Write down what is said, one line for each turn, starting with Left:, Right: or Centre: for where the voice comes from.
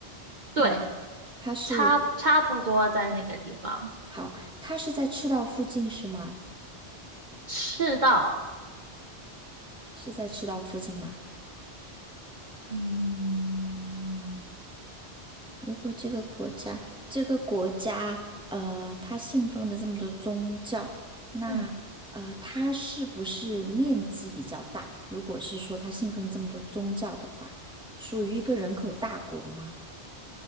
Right: 对，
Centre: 那？它是
Right: 差差不多在那个地方，
Centre: 好，它是在赤道附近是吗？
Right: 赤道，
Centre: 是在赤道附近吗？
Right: 嗯
Centre: 如果这个国家，这个国家，呃，它信奉的这么多宗教，那呃，
Right: 嗯
Centre: 它是不是面积比较大？如果是说它信奉这么多宗教的话，属于一个人口大国吗？